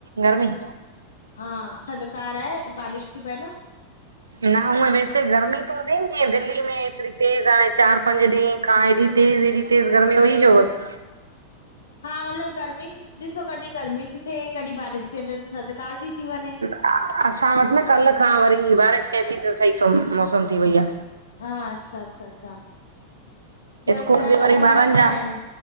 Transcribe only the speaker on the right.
गर्मी?
न हूअ वैसे गर्मी त हूंदी न जीअं दिल्ली में एतिरी तेज़ हाणे चार पंज ॾींहं खा हेएॾी तेज़ हेएॾी तेज़ गर्मी हुई जो बस।
अअसां वट न कल्ह खां वरी बारिश थिए थी त सही थो मौसम थी वई आ।
स्कूल
बि
वरी
ॿारनि जा